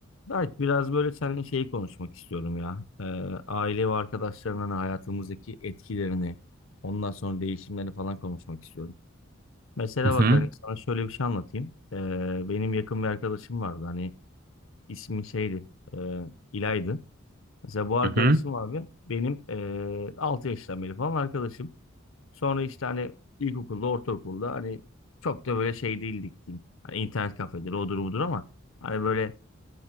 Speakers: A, on the left; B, on the right.
A: Berk biraz böyle seninle şeyi konuşmak istiyorum ya. Ee, aile ve arkadaşların hani hayatımızdaki etkilerini, ondan sonra değişimlerini falan konuşmak istiyorum. Mesela
B: Hı hı,
A: bak hani sana şöyle bir şey anlatayım. Ee, benim yakın bir arkadaşım vardı hani ismi şeydi, e, İlay'dı. Mesela bu arkadaşım
B: hı hı,
A: abi benim e, 6 yaştan beri falan arkadaşım. Sonra işte hani ilkokulda, ortaokulda hani çok da böyle şey değildik diyeyim. Hani internet kafeleri odur budur ama hani böyle